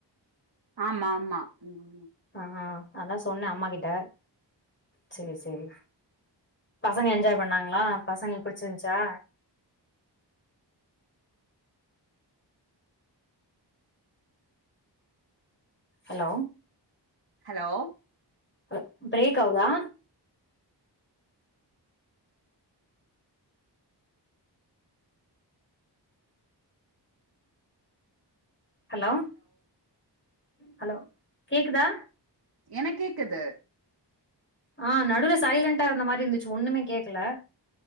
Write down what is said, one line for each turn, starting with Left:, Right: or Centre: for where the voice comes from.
Right: ஆமா ஆமா ம்
Left: ஆ அதா சொன்ன அம்மா கிட்ட சேரி செரி பசங்க என்ஜாய் பண்ணாங்களா பசங்களுக் புடிச்சிருண்ச்சா ஹலோ
Right: ஹலோ
Left: ஹலோ பிரேக் ஆவுதா ஹலோ ஹலோ கேக்குதா
Right: எனக்கு கேக்குது
Left: ஆ நடுவுல சைலண்ட்டா இருந்த மாரி இருந்துச்சி ஒண்ணுமே கேக்கல